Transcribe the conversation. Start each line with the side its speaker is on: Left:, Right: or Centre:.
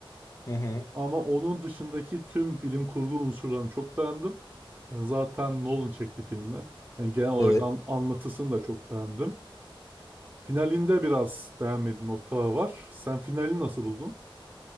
Left: Hı hı.
Right: Ama onun dışındaki tüm bilim kurgu unsurlarını çok beğendim. Ben zaten Nolan çekti filmi. Yani genel olarak
Left: Evet.
Right: an- anlatısını da çok beğendim. Finalinde biraz beğenmediğim noktalar var. Sen finali nasıl buldun?